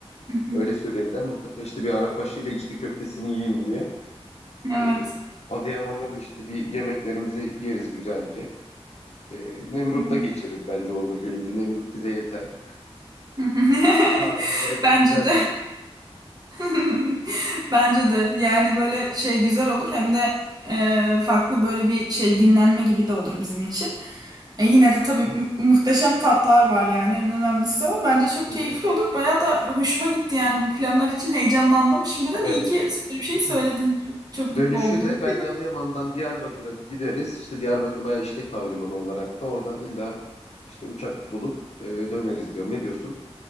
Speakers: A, on the right (about 40°); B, on the left (about 80°).
A: hı hı.
B: öyle söylediler. Mutlaka işte bir Arap aşıyla içli köftesini yiyin diye.
A: Evet.
B: Ee, Adıyaman'da da işte bir yemeklerimizi yeriz güzelce. E, Nemrut'ta
A: Hı hı.
B: geçeriz bence orada günümüzü. Nemrut bize yeter.
A: <laughs>
B: Tarih olarak da
A: Bence
B: güzel
A: de.
B: bir...
A: <laughs> Bence de yani böyle şey güzel olur hem de e, farklı böyle bir şey dinlenme gibi de olur bizim için. E, yine de tabii mu- muhteşem tatlar var yani en önemlisi o. Bence çok
B: Hı
A: keyifli
B: hı.
A: olur. Bayağı da hoşuma gitti yani bu planlar için heyecanlandım. Şimdiden
B: Evet.
A: iyi ki böyle bir şey
B: <laughs>
A: söyledin. Çok, çok mutlu
B: Dönüşü
A: oldum.
B: de bence
A: <laughs>
B: Adıyaman'dan Diyarbakır'a gideriz. İşte Diyarbakır bayağı işlek havalimanı olarak da oradan illa işte uçak bulup e, döneriz diyorum. Ne diyorsun?